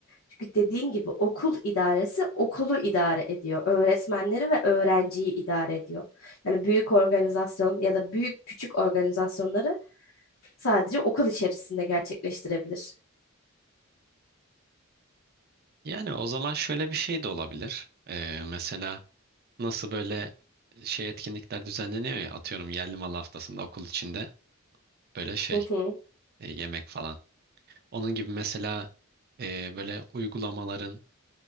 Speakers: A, on the left; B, on the right.
A: Çünkü dediğin gibi okul idaresi okulu idare ediyor. Öğretmenleri ve öğrenciyi idare ediyor. Yani büyük organizasyon ya da büyük küçük organizasyonları sadece okul içerisinde gerçekleştirebilir.
B: Yani o zaman şöyle bir şey de olabilir. E, mesela nasıl böyle şey etkinlikler düzenleniyor ya atıyorum yerli mal haftasında okul içinde böyle şey
A: Hı hı.
B: e, yemek falan. Onun gibi mesela e, böyle uygulamaların